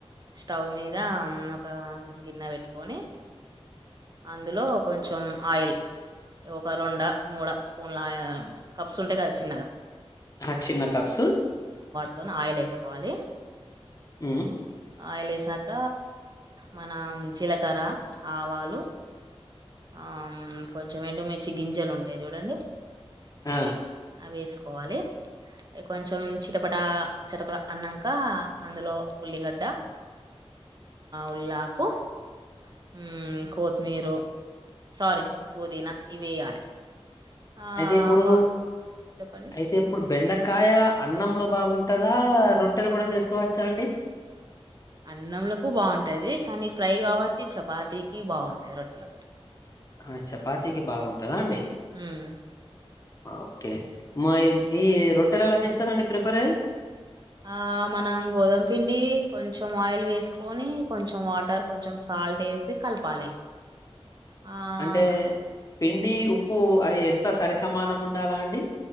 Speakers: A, on the right; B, on the left.
A: స్టవ్ మీద ఉమ్ ఒక గిన్నె పెట్టుకొని అందులో కొంచెం ఆయిల్ ఒక రెండ మూడ స్పూన్ల ఆయిల్ కప్స్ ఉంటాయి కదా చిన్నగా
B: ఆ చిన్న కప్సు
A: త ఆయిల్ వేసుకోవాలి
B: ఉమ్
A: ఆయిలేసాక మన జీలకర్ర ఆవాలు ఆమ్ కొంచెం ఎండుమిర్చి గింజలు ఉంటాయి చూడండి
B: ఆ
A: అవి అవెసుకో కోవాలి కొంచెం చిటపట చిటపట అన్నాక అందులో ఉల్లిగడ్డ ఉల్లాకు కు ఉమ్ కొత్తిమీర్ సారీ పుదీనా ఇవి వేయాలి ఆ
B: అయితే ఇప్పుడు
A: కొ- చెప్పండి
B: అయితే ఇప్పుడు బెండ కాయ అన్నంలో బాగుంటాదా రొట్టెలు కూడా చేసుకోవచ్చా అండి
A: అన్నంలకు బాగుంటాది కానీ ఫ్రై కాబట్టి చపాతికి బాగుంటాది రొట్టెలకు
B: ఆ చపాతికి బాగుంటాదా అండి
A: ఉమ్
B: ఓకే మా ఈ రొట్టెలు ఎలా చేస్తారండి ప్రిపేర్
A: ఆ మనం గోధుమ పిండి కొంచెం ఆయిల్ వేసుకొని కొంచెం వాటర్ కొంచెం సాల్డేస్ కలపాలి ఆహ్,
B: అంటే పిం డి ఉప్పు అది ఎంత సరి సమానం ఉండాలా అండి